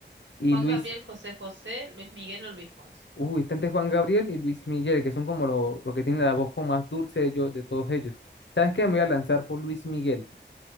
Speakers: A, on the left; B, on the right.
A: Y
B: Juan
A: Luis
B: Gabriel, José José, Luis Miguel o Luis Fonsi.
A: Uy, está entre Juan Gabriel y Luis Miguel, que son como los lo lo que tienen la voz como más dulce de, ellos, de todos ellos. ¿Sabes qué? Me voy a lanzar por Luis Miguel.